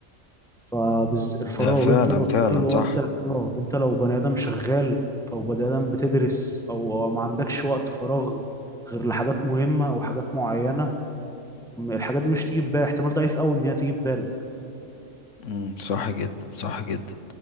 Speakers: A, in the centre; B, on the left (about 70°).
A: فالفراغ
B: ده فعلا
A: أنت لو شغال
B: فعلا
A: وقتك
B: صح
A: اه أنت لو بني آدم شغال أو بني آدم بتدرس أو ما عندكش وقت فراغ غير لحاجات مهمة أو حاجات معينة الحاجات دي مش تيجي في بالك احتمال ضعيف أوي إن هي تيجي في بالك
B: امم صح جدا صح جدا